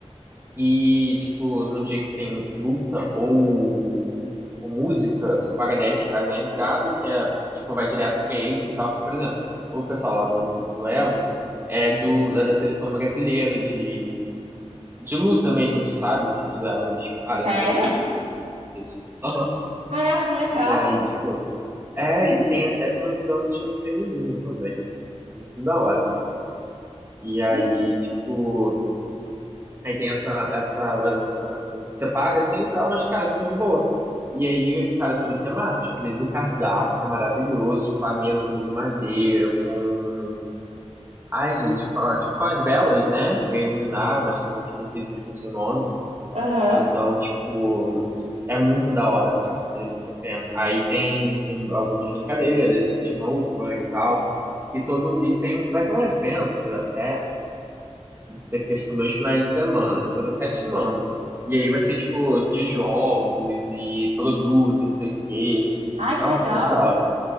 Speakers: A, on the right; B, on the right.
A: E, tipo, no dia que tem luta ou, ou música, você paga 10 reais a entrada, que é, tipo, vai direto pra eles e tal. Porque, Por exemplo, o pessoal lá da luta do duelo é do é da seleção brasileira de, de luta mesmo, sabe? Assim, de duelo de caras,
B: Sério?
A: essas coisas assim. Eu não sei o nome disso. Aham.
B: Caraca, que legal.
A: E aí, tipo, é, e tem até, se eu não me engano, um time feminino também. É muito da hora. E aí,
B: Me-
A: tipo, Aí tem essa, essa, essa. Você paga assim e tal, mas, cara, é super de boa. E aí, cara, tudo temático, desde o cardápio, que é maravilhoso, tipo, a mesa toda de madeira, com. Ai, gente, com, a- tipo, com as velas, né? Pra iluminar, mas tem um nome específico, esqueci o nome.
B: Aham.
A: Então, tipo, é muito da hora, cara, vale muito a pena. Aí tem, tem algumas brincadeiras, tem roupa e tal. E todo. E tem. Vai ter um evento até daqui acho que dois finais de semana, depois eu até te mando. E aí vai ser tipo de jogos e produtos e não sei o quê.
B: Ai, que
A: Nossa,
B: legal.
A: muito da hora.